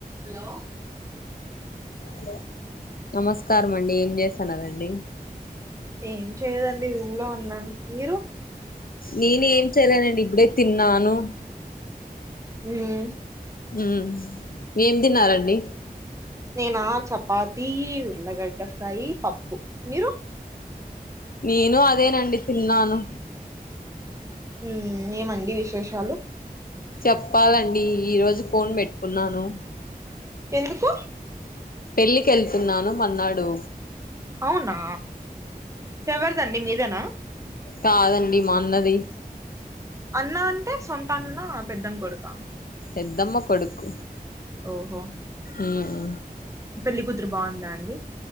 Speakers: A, on the right (about 20°); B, on the left (about 70°).
A: Hello
B: hello నమస్కారం అండి ఏం చేస్తన్నరండి
A: ఏం చేయదండి ఉల్లోవున్నాను మీరు
B: నేనేఏం చేయలేనండి ఇప్పుడే తిన్నాను
A: ఉమ్
B: ఉమ్ ఏం తిన్నారండి
A: నేనా చపాతి ఉల్లగడ్డ ఫ్రై పప్పు మీరు
B: నేను అదేనండి తిన్నాను
A: ఉమ్ ఏమండి విశేషాలు
B: చెప్పాలండి ఈరోజు కోన్ పెట్టుకున్నాను
A: ఎందుకు
B: పెళ్ళికిళ్తున్నాను మన్నాడు
A: అవునా ఎవరిదండి మీదేనా
B: కదండి మన్నది
A: అన్న అంటే సొంత అన్న పెద్దం కొడుక
B: ఎద్దమ్మ కొడుకు
A: ఓహో
B: మ్మ్
A: పెళ్లి కూతురు బాగుందా అండి